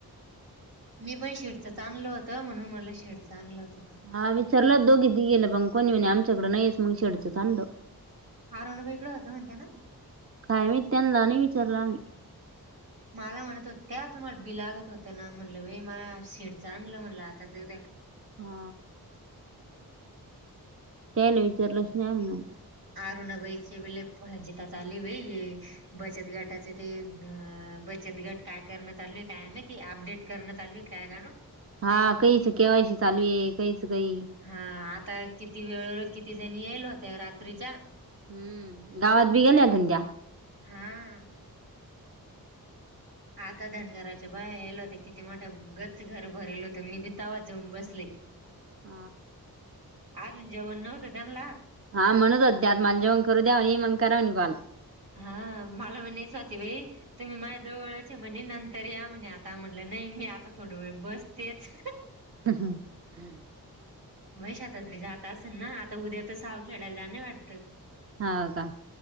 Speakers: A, on the right (about 75°); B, on the right (about 35°).
A: मी पण शिर आणलं होतं म्हणून मला शेडं आणलं होतं. का
B: हा विचारला दोघी गेलं पण कोणी म्हणे आमच्याकडं नाहीयस मग शेडचं ांड
A: आरवणबाईकड होतं म्हणते ना.
B: काय म त्यांना नाही विचारलं आम्ही
A: मला म्हणत होत त्या तुम्हाला बि लागत होतं ना म्हटलं बाई मला शिडचं आणलं म्हटलं आता जद्या.
B: हा. त्याला विचारलं अस नाही मिऊून
A: अरुणाबाईचेजिता चाले भाई बचत गाटाचे ते अ बचत गट काय करण्यात आलू आहे काय मती अपडेट करण्यात चालू आहे काय काण.
B: हा कयच केवायस चालूय कयच काय.
A: हा आता किती वेळ किती जणी येईल होत्या रात्रीच्या.
B: हम्म गावात बी गेल्या धंद्या.
A: हा आता धनगराच्या बाहया आल होत किती मोठ्याच घर भरेल होतं मी बी तवा जाऊन बसले
B: ह
A: अजून जेवण नव्हतं त्यांना.
B: हा म्हणत होत त्यात माला जेवण करू द्याव आणि मण कराव नि कल.
A: हा मला म्हणे स्वाती भाई तुम्ही माझ्या जवळचे म्हणे नंतर या म्हणे आता म्हणलं नाही. मी आता थोड वेळ बसतेच.
B: ह
A: मग श आ जात असेन ना आता उद्या तर साव खेळायला जा नाही वाटतं
B: ह का.